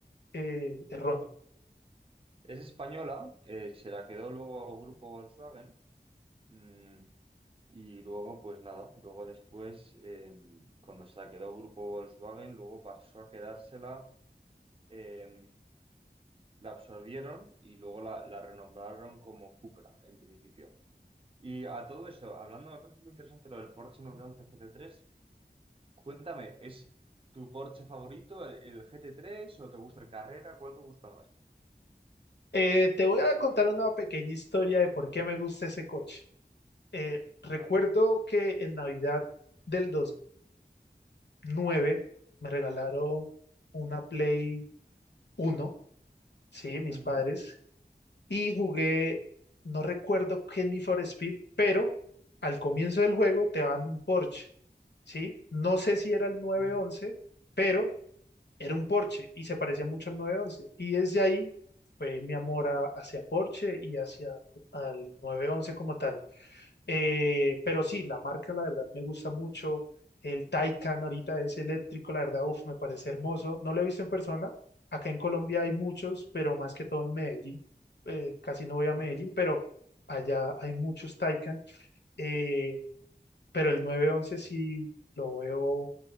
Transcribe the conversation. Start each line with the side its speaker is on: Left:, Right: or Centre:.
Left: eh, erróneo.
Right: Es española, eh, se la quedó luego el grupo Volkswagen Mm, y luego, pues nada, luego después, eh, cuando se la quedó Grupo Volkswagen, luego pasó a quedársela, eh, la absorbieron y luego la, la renombraron como Cupra, en principio. Y a todo eso, hablando, me parece muy interesante lo del Porsche 911 gt tres Cuéntame, ¿es tu Porsche favorito el, el gt tres o te gusta el Carrera? ¿Cuál te gusta más?
Left: Eh, te voy a contar una pequeña historia de por qué me gusta ese coche. Eh, recuerdo
Right: Vale.
Left: que en Navidad del 9 me regalaron una Play uno sí, mis
Right: Ujú,
Left: padres, y jugué, no recuerdo qué Need for Speed, pero al comienzo del juego te dan un Porsche, sí, no sé si era el nueve
Right: ujú,
Left: once pero era un Porsche y se parecía mucho al nueve once y desde ahí fue mi amor a- hacia Porsche y hacia al nueve once como tal. Eh, pero sí, la marca, la verdad, me gusta mucho. El Taycan ahorita es eléctrico, la verdad, uf, me parece hermoso. No lo he visto en persona. Acá en Colombia hay muchos, pero más que todo en Medellín. Eh, casi no voy
Right: ujú,
Left: a Medellín, pero allá hay muchos Taycan. Eh, pero el nueve once sí lo veo.